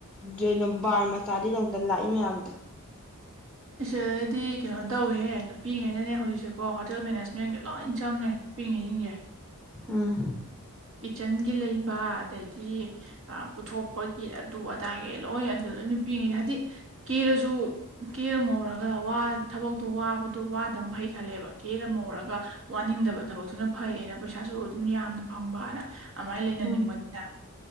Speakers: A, in the centre; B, on the right.
A: ꯖꯦꯅꯣ ꯕꯥꯔ ꯃꯆꯥꯗꯨꯒꯤꯗꯃꯛꯇ ꯂꯥꯛꯏ ꯃꯌꯥꯝꯗꯣ
B: ꯏꯁꯦꯗꯤ ꯀꯩꯅꯣ ꯇꯧꯋꯤꯍꯦ ꯅꯨꯄꯤꯉꯩꯅꯅꯦ ꯍꯧꯖꯤꯛꯁꯦꯀꯣ ꯍꯣꯇꯦꯜ ꯃꯦꯅꯦꯖꯃꯦꯟꯒꯤ ꯂꯣꯏ ꯆꯪꯉꯦ ꯅꯨꯄꯤꯉꯩꯖꯤꯡꯖꯦ
A: ꯑꯥ
B: ꯀꯤꯠꯆꯟꯒꯤ ꯂꯩꯕ ꯑꯗꯩꯗꯤ ꯑ ꯄꯨꯊꯣꯛꯄꯒꯤ ꯑꯗꯨ ꯑ ꯗꯥꯒꯤ ꯂꯣꯏ ꯑꯗꯨ ꯂꯣꯏ ꯅꯨꯄꯤꯉꯩ ꯍꯥꯏꯗꯤ ꯀꯦꯔꯖꯨ ꯀꯦꯔꯥ ꯃꯧꯔꯒ ꯋꯥ ꯊꯕꯛꯇꯣ ꯋꯥꯕꯗꯣ ꯋꯥꯗꯝ ꯐꯩ ꯈꯜꯂꯦꯕ ꯀꯦꯔꯥ ꯃꯧꯔꯒ ꯋꯥꯅꯤꯡꯗꯕ ꯊꯕꯛꯇꯨꯅ ꯐꯩꯌꯦꯅ ꯄꯩꯁꯥꯁꯨ ꯑꯗꯨꯝ ꯌꯥꯝꯅ ꯐꯪꯕꯅ ꯑꯃꯥꯏ ꯂꯩꯅꯅꯤꯡꯕꯅꯤꯅ
A: ꯎꯝ